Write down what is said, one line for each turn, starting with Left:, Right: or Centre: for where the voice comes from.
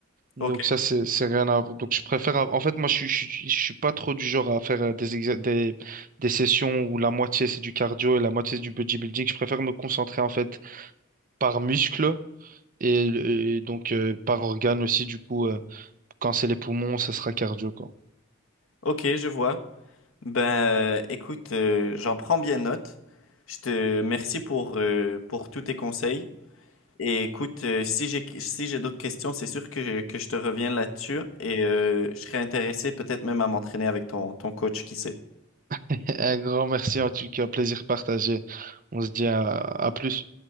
Left: Ok,
Right: Donc ça, c'est, c'est rien à... Donc je préfère... En fait, moi, je, suis- je, suis je suis pas trop du genre à faire euh, des, exa- des, des sessions où la moitié, c'est du cardio et la moitié, c'est du bodybuilding. Je préfère me concentrer, en fait, par muscle Et, euh, donc, euh, par organe aussi, du coup, euh, quand c'est les poumons, ce sera cardio, quoi.
Left: ok, je vois. Ben, euh, écoute, euh, j'en prends bien note. Je te merci pour, euh, pour tous tes conseils. Et écoute, euh, si j'ai si j'ai d'autres questions, c'est sûr que je, que je te reviens là-dessus et euh, je serais intéressé peut-être même à m'entraîner avec ton, ton coach, qui sait.
Right: <laughs> Un grand merci, en tout cas, plaisir partagé. On se dit à à plus.